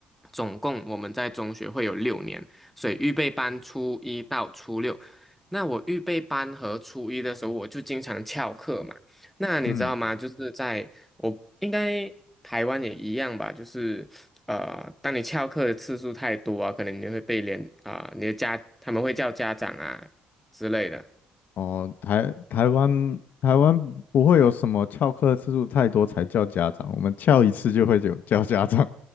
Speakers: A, in the centre; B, on the left (about 65°).
A: 总共我们在中学会有六年，所以预备班初一到初六。那我预备班和初一的时候，我就经常翘课嘛。那你知道吗？
B: 嗯，
A: 就是在我应该台湾也一样吧，就是呃，当你翘课的次数太多啊，可能你会被连啊、你的家他们会叫家长啊之类的。
B: 哦，台台湾台湾不会有什么翘课次数太多才叫家长，我们翘一次就会有叫家长。